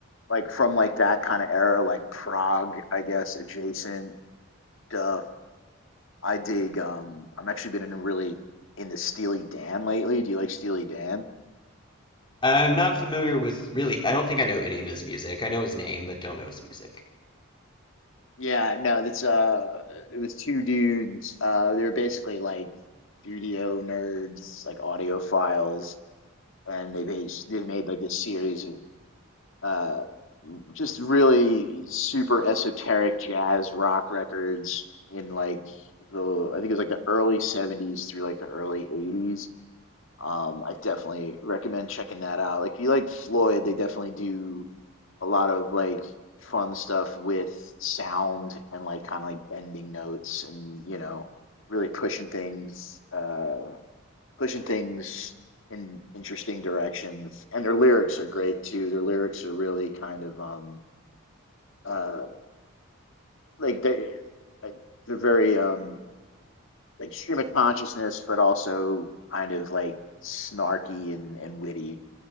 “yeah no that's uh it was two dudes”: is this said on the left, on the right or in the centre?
Left